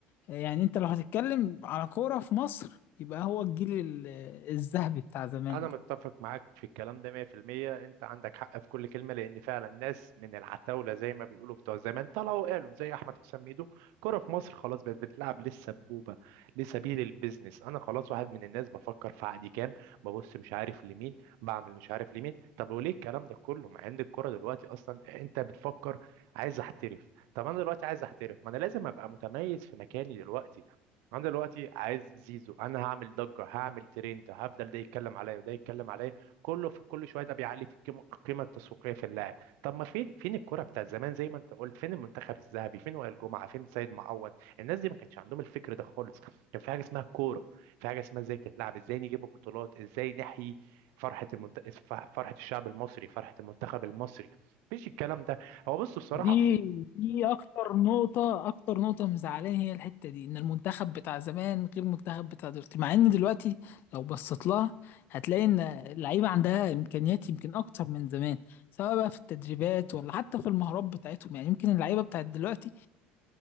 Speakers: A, on the left; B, on the right.
A: آه، يعني انت لو هتتكلم على كوره في مصر يبقى هو الجيل ال- الذهبي بتاع زمان
B: انا
A: ده
B: متفق معاك في الكلام ده 100% انت عندك حق في كل كلمة لان فعلا ناس من العتاولة زي ما بيقولوا بتوع زمان طلعوا قالوا زي احمد حسام ميدو كرة في مصر خلاص بقت بتلعب للسبوبة لسبيل البيزنس انا خلاص واحد من الناس بفكر في عقدي كام ببص مش عارف لمين بعمل مش عارف لمين طب وليه الكلام ده كله مع ان الكرة دلوقتي اصلا انت بتفكر عايز احترف طب انا دلوقتي عايز احترف ما انا لازم ابقى متميز في مكاني دلوقتي انا دلوقتي عايز زيزو انا هعمل ضجه هعمل ترند هفضل ده يتكلم عليا وده يتكلم عليا كله في كل شويه ده بيعلي في القيمه القيمة التسويقيه في اللاعب طب ما فين فين الكره بتاع زمان زي ما انت قلت فين المنتخب الذهبي فين وائل جمعه فين سيد معوض الناس دي ما كانش عندهم الفكر ده خالص كان في حاجه اسمها كوره في حاجه اسمها ازاي تتلعب ازاي نجيب بطولات ازاي نحيي فرحه المنت... فرحه الشعب المصري فرحه المنتخب المصري مفيش الكلام ده هو بص بصراحه
A: دي دي اكتر نقطة اكتر نقطة مزعلاني هي الحتة دي ان المنتخب بتاع زمان غير المنتخب بتاع دلوقتي مع ان دلوقتي لو بصيت لها هتلاقي ان اللعيبة عندها امكانيات يمكن اكتر من زمان سواء بقى في التدريبات ولا حتى في المهارات بتاعتهم يعني يمكن اللعيبة بتاعت دلوقتي